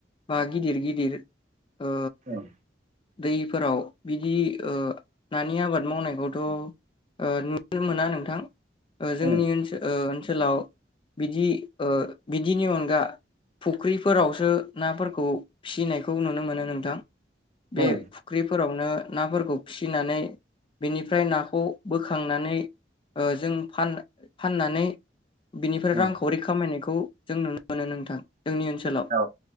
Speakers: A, on the left (about 30°); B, on the right (about 40°).
A: बा गिदिर गिदिर ओ
B: ओं
A: दैफोराव बिदि ओ नानि आबाद मावनायखौथ' ओ नुनो मोना नोंथां। ओ जोंनि
B: ओं
A: ओनसोल ओ ओनसोलाव बिदि ओ बिदिनि अनगा फुख्रिफोरावसो नाफोरखौ फिसिनायखौ नुनो मोनो नोंथां।
B: उम
A: बे फुख्रि फोरावनो नाफोरखौ फिसिनानै बेनिफ्राय नाखौ बोखांनानै ओ जों फाननानै बिनिफ्राय
B: उम
A: रांखावरि खामायनायखौ जों नुनो मोनो नोंथां जोंनि ओनसोलाव
B: औ